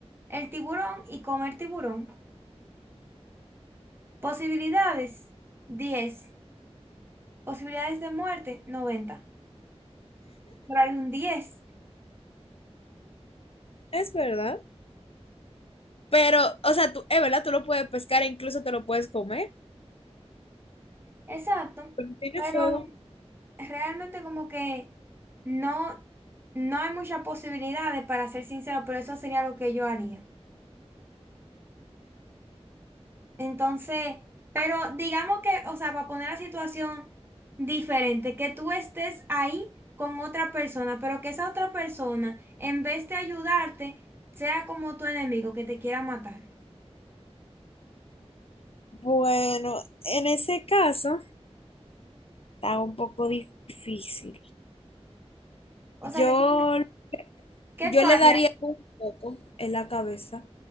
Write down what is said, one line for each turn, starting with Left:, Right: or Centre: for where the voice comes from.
Right: el tiburón y comer tiburón. Posibilidades, diez Posibilidades de muerte, noventa Por ahí un 10.
Left: Es verdad. Pero, o sea, tú, es verdad, tú lo puedes pescar e incluso te lo puedes comer.
Right: Exacto.
Left: Pero tiene
Right: Pero
Left: fuego.
Right: realmente como que no, no hay muchas posibilidades, para ser sincero, pero eso sería lo que yo haría. Entonces, pero digamos que, o sea, para poner la situación diferente, que tú estés ahí con otra persona, pero que esa otra persona, en vez de ayudarte, sea como tu enemigo que te quiera matar.
Left: Bueno, en ese caso está un poco difícil.
Right: O
Left: Yo,
Right: sea, ¿qué tú, qué
Left: yo
Right: tú harías?
Left: le daría un poco en la cabeza